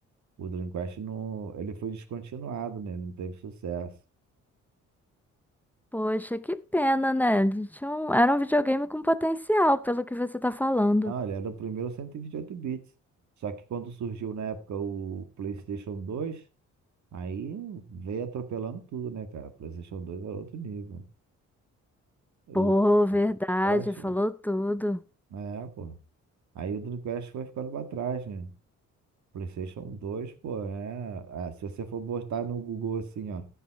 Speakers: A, on the right; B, in the centre.
A: o Dreamcast não, ele foi descontinuado, né? Ele Não teve sucesso.
B: Poxa, que pena, né? Ele Tinha um... Era um videogame com potencial, pelo que você tá falando.
A: Não, ele era o primeiro cento e e vinte e oito bits. Só que quando surgiu na época o PlayStation dois, aí veio atropelando tudo, né, cara? O PlayStation dois era outro nível. O,
B: Pô, verdade,
A: o Dreamcast,
B: falou tudo.
A: é, pô. Aí o Dreamcast foi ficando pra trás, né? PlayStation 2, pô, é. ah, se você for botar no Google assim, ó,